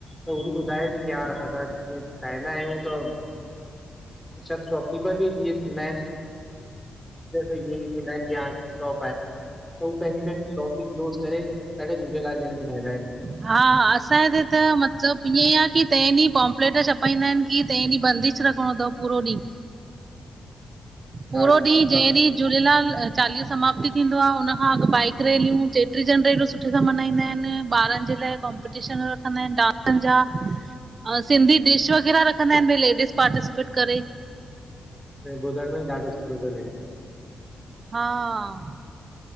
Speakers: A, in the centre; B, on the right (about 50°).
A: त हू बि ॿुधाए थी की हा असां जीअं ठाहींदा आहियूं त सभु शौकीन बि थींद आहिनि की थींदाी टॉप आ आहे <unintelligible> त हू पंहिंजी पंहिंजी शॉप बि क्लोस करे ॾाढा झूलेलाल जयंती मनाईंदाइन।
B: हा, असांजो हिते त मतिलब ईअं आहे की तें ॾींहुं पोंपलेट छपाईंदा आहिनि कीं तें ॾींहुं बंदिश रखणो तव पूरो ॾींहुं। पूरो
A: ॾाढो सुठो
B: ॾींहु जें
A: ॾाढो
B: ॾींहु झूलेलाल चालीहो समाप्त थींदो आ हुन खां अॻु बाइक रैलियूं चेटी चंडूं एॾो सुठे सां मनाईंदा आहिनि, ॿारनि जे लाइ क्पटिशन रखंदा आहिनि डांसनि जा अऊं सिंधी डिश वग़ैरह रखंदा आहिनि, भई लेडीज़ पार्टिसिपेट करे।
A: त ॿुधण में ॾढो सुठो पियो लॻे।
B: हा-हा,